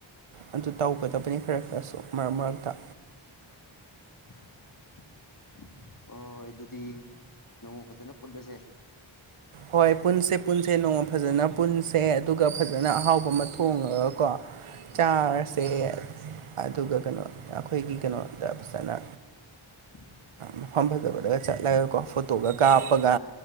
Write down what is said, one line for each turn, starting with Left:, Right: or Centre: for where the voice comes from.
Right: ꯑꯗꯨ ꯇꯧꯒꯗꯕ ꯐꯐꯁꯨ ꯃꯥꯃꯇ
Left: <inaudible> ꯍꯣ ꯍꯣꯏ ꯑꯗꯨꯗꯤ ꯅꯣꯡꯃ ꯐꯖꯅ ꯄꯨꯜꯂꯁꯦ
Right: ꯍꯣꯏ ꯄꯨꯟꯁꯦ ꯄꯨꯟꯁꯦ ꯅꯣꯡꯃ ꯐꯖꯅ ꯄꯨꯟꯁꯦ ꯑꯗꯨꯒ ꯐꯖꯅ ꯑꯍꯥꯎꯕ ꯑꯃ ꯊꯣꯡꯉꯒꯀꯣ
Left: ꯎꯝ
Right: ꯆꯥꯔꯁꯦ
Left: ꯐꯖꯅ ꯆꯥꯔꯁꯦ
Right: ꯑꯗꯨꯒ ꯀꯩꯅꯣ ꯑꯩꯈꯣꯏꯒꯤ ꯀꯩꯅꯣꯗ ꯐꯖꯅ
Left: <inaudible>
Right: ꯃꯐꯝ ꯐꯖꯕꯗꯒ ꯆꯠꯂꯒꯀꯣ ꯐꯣꯇꯣꯒ ꯀꯥꯞꯄꯒ